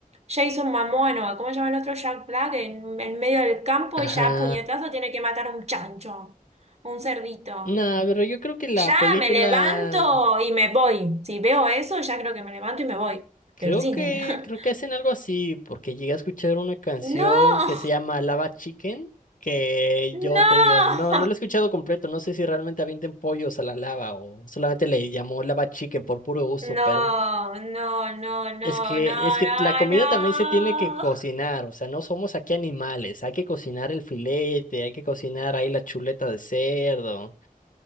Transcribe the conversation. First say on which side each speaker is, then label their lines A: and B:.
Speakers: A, on the right (about 45°); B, on the left (about 65°).
A: Jason Mamón o ¿cómo se llama el otro? Jack Black en, en medio del campo
B: Ajá.
A: y ya a puñetazo tiene que matar a un chancho, un cerdito.
B: Nada, pero yo creo que la
A: Ya
B: película,
A: me levanto y me voy. Si veo eso, ya creo que me levanto y me voy
B: creo
A: del cine.
B: que,
A: <laughs>
B: creo que hacen algo así, porque llegué a escuchar una canción
A: No.
B: que se llama Lava Chicken, que
A: No,
B: yo te digo, no, no la he escuchado completo, no sé si realmente avienten pollos a la lava o solamente le llamó Lava Chicken por puro
A: <laughs>
B: gusto,
A: no,
B: pero
A: no, no, no, no,
B: es que,
A: no,
B: es que la comida
A: no.
B: también se tiene que cocinar, o sea, no somos aquí animales, hay que cocinar el filete, hay que cocinar ahí la chuleta de cerdo.